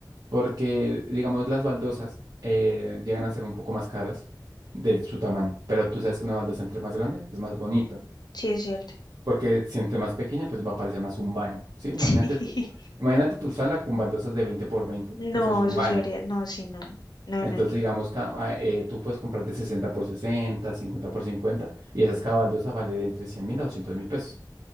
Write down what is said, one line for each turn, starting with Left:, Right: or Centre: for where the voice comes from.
Right: porque, digamos, las baldosas eh, llegan a ser un poco más caras de su tamaño, pero tú sabes que una baldosa entre más grande es más bonita,
Left: sí es cierto. <laughs>
Right: porque si entre más pequeña, pues va a parecer más un baño, ¿sí? Imagínate
Left: Sí,
Right: tú, imagínate tu sala con baldosas de veinte por veinte
Left: no,
Right: eso es un
Left: eso
Right: baño.
Left: sería, no, sí, no, no,
Right: Entonces,
Left: no, no.
Right: digamos, ca- ah, eh, tú puedes comprar de 60 por 60, 50 por 50 y esas cabaldosas vale de entre cien mil a doscientos mil pesos.